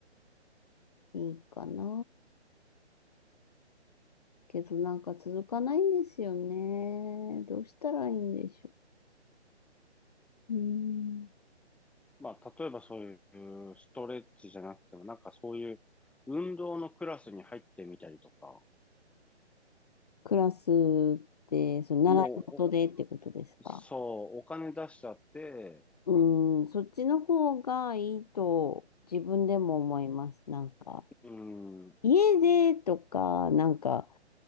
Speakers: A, on the left; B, in the centre.
A: いいかな。けどなんか続かないんですよね。どうしたらいいんでしょう。うーん。
B: まあ例えばそういうストレッチじゃなくても、なんかそういう運動のクラスに入ってみたりとか、
A: クラスってその習い事でってことですか。
B: もう、おそう、お金出しちゃって、
A: うーん、そっちの方がいいと自分でも思います。なんか、
B: うん、うん、
A: 家でとか、なんか、